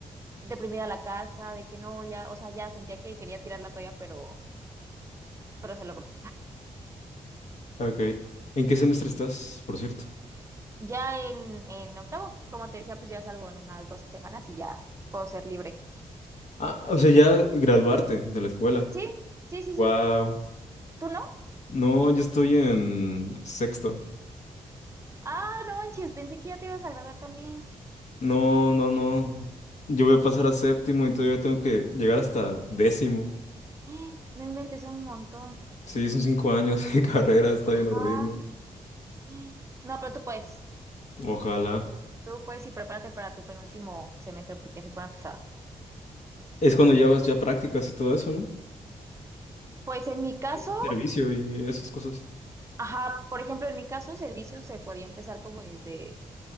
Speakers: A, on the right; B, on the left.
A: deprimida a la casa, de que no, ya, o sea, ya sentía que quería tirar la toalla, pero, pero se logró.
B: Ok. ¿En qué semestre estás, por cierto?
A: Ya en, en octavo, como te decía, pues ya salgo en unas dos semanas y ya puedo ser libre.
B: Ah, o sea, ya graduarte de la escuela.
A: Sí, sí, sí,
B: Wow.
A: sí. ¿Tú no?
B: No, yo estoy en sexto.
A: Ah, no manches, pensé que ya te ibas a graduar también.
B: No, no, no. Yo voy a pasar a séptimo y todavía tengo que llegar hasta décimo.
A: <gasps> No inventes un montón.
B: Sí, son cinco años <laughs> de carrera, está
A: Ajá.
B: bien horrible.
A: <gasps> No, pero tú puedes.
B: Ojalá.
A: Tú puedes y prepárate para tu penúltimo semestre porque se pone pesado.
B: Es cuando llevas ya prácticas y todo eso, ¿no?
A: Pues en mi caso,
B: Eh, Servicio y esas cosas.
A: ajá, por ejemplo, en mi caso, servicio se podía empezar como desde